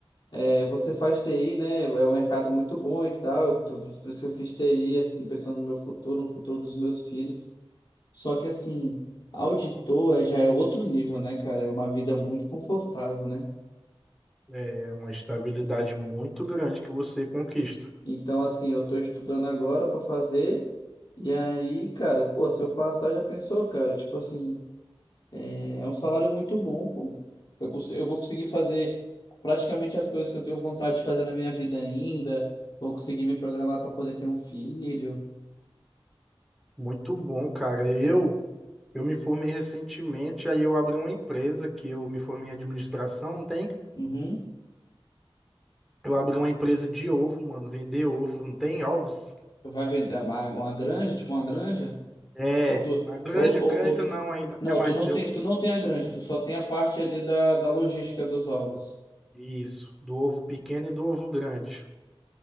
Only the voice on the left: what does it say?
É, você faz TI, né? É um mercado muito bom e tal. eu tô- Por isso que eu fiz TI, assim, pensando no meu futuro, no futuro dos meus filhos. Só que, assim, auditor é- já é outro nível, né, cara? É uma vida muito confortável, né?
Então, assim, eu tô estudando agora para fazer. E aí, cara, pô, se eu passar, já pensou, cara? Tipo assim, é um salário muito bom, pô. Eu, cons- eu vou conseguir fazer praticamente as coisas que eu tenho vontade de fazer na minha vida ainda. Vou conseguir me programar para poder ter um filho.
Uhum.
Vai vender é, uma, uma granja, tipo uma granja?
Ou tu,
ou, ou,
ou tu-
não,
tu não
tem, tu não tem a granja, tu só tem a parte ali da, da logística dos ovos.